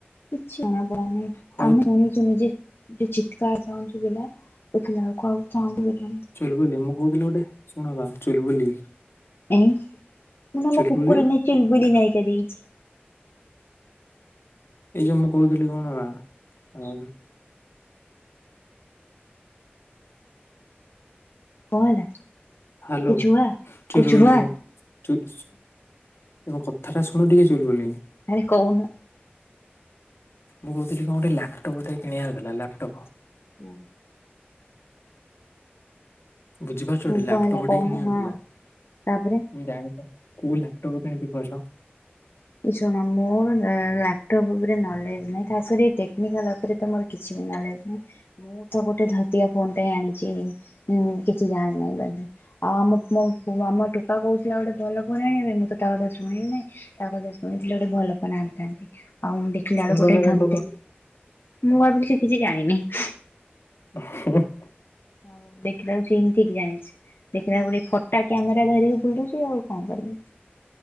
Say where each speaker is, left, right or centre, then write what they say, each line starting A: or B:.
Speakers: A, on the left; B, on the left.
A: କିଛି ଜଣା ପଇଲାନି
B: ହଉ
A: ଆମେଶୁଣିଛୁ ନିଯେ। ଏ ଚିତ୍କାର ସାଉଣ୍ଡ ଶୁଭିଲା ଦେଖିଲାବେଳକୁ ଆଉ ସାଉଣ୍ଡ ହେଲାନି।
B: ଚୁଲବୁଲି ମୁଁ କହୁଥିଲି ଗୋଟେ ଶୁଣବା ଚୁଲବୁଲି।
A: ଏଇଁ ମୁୁଁ ନା
B: ଚୁଲବୁଲି
A: ମୋ କୁକୁର ନାଁ ଚୁଲବୁଲି ନାୟିକା ଦେଇଛି।
B: ଏଇ ଯୋଉ ମୁଁ କହୁଥିଲି କଣ ନା ଆଉ
A: କଣ ହେଲା
B: ହ୍ୟାଲୋ
A: କୁଛୁ ହୁଆ
B: ଚୁଲବୁଲି
A: କୁଛୁ ହୁଆ
B: ମୁଁ। ଚୁଲ୍ ଏ ମୋ କଥାଟା ଶୁଣ ଟିକେ ଚୁଲବୁଲି।
A: ଆରେ କହୁନ?
B: ମୁଁ କହୁଥିଲି କଣ ଗୋଟେ ଲାପଟପ୍ ଟେ କିଣିବାର ଥିଲା ଲାପଟପ୍।
A: ହୁଁ।
B: ବୁଝିପାରୁଛ ଟି ଲାପଟପ୍
A: କଣ ହେଲା କହୁନ
B: ଟେ କିଣବାର
A: ହଁ
B: ଥିଲା।
A: ତାପରେ
B: ମୁଁ ଜାଣିପା କୋଉ ଲାପଟପ୍ କିଣିିବି କିହିଲ?
A: ଏ ଶୁଣ ମୋର ଲା ଲାପଟପ୍ ଉପରେ ନଲେଜ ନାହିଁ। ଖାସ କରି ଏ ଟେକ୍ନିକାଲ ଉପରେ ତ ମୋର କିଛି ବି ନଲେଜ ନାହିଁ। ମୁଁ ତ ଗୋଟେ ଧତିଆ ଫୋନ ଟେ ଆଣିଛି ଉଁ କିଛି ଜାଣିିନାହିଁ ବୋଲି। ଆଉ ଆମ ମୋ ଆମ ଟୋକା କହୁଥିଲା ଗୋଟେ ଭଲ ଫୋନ୍ ଆଣିବା ପାଇଁ ମୁଁ ତ ତା କଥା ଶୁଣିଲି ନାହିଁ। ତା କଥା ଶୁଣିଥିଲେ ଗୋଟେ ଭଲ ଫୋନ୍ ଆଣିଥାନ୍ତି। ଆଉ ଦେଖିଲା
B: ଶୁଣିଲନି
A: ବେଳକୁ ଗୋଟେ
B: କାଇଁ
A: ଧନ୍ତେ
B: ଟୋକା
A: ମୁଁ ଭାବିଲି ସେ କିଛି ଜାଣିନେଇ।
B: <unintelligible>
A: ହଉ ଦେଖିଲାଉ ସେ ହିଁ ଠିକ ଜାଣିଛି। ଦେଖିଲା ବେଳକୁ ଫଟା କ୍ୟାମେରା ଧରିକି ବୁଲୁଛି ଆଉ କଣ କରିବ?